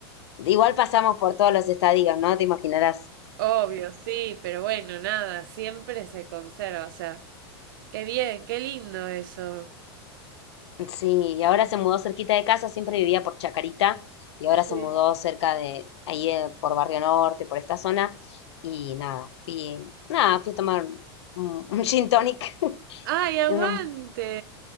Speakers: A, on the left; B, on the right.
A: Igual pasamos por todos los estadios, ¿no? Te imaginarás.
B: Obvio, sí, pero bueno, nada, siempre se conserva, o sea, qué bien, qué lindo eso.
A: Sí, y ahora se mudó cerquita de casa, siempre vivía por Chacarita y ahora
B: Sí.
A: se mudó cerca de ahí eh, por Barrio Norte, por esta zona y nada, fui, nada, fui a tomar un, <laughs> un gin tonic, <laughs>
B: ¡Ay, aguante!
A: y un,